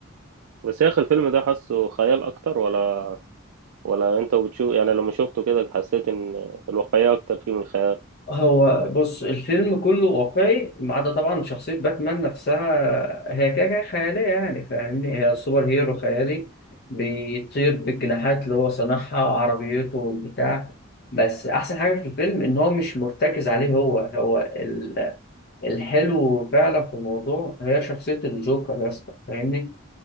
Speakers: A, on the right; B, on the left.
A: بس يا اخي الفيلم ده حاسه خيال اكتر ولا ولا انت بتشوف يعني لما شفته كده حسيت ان الواقعية اكتر فيه من الخيال
B: هو بص الفيلم كله واقعي ما عدا طبعا شخصية باتمان نفسها هي كده كده خيالية يعني فاهمني هي سوبر هيرو خيالي بيطير بالجناحات اللي هو صنعها عربيته والبتاع بس أحسن حاجة في الفيلم إن هو مش مرتكز عليه هو هو ال- الحلو فعلا في الموضوع هي شخصية الجوكر يا اسطى فاهمني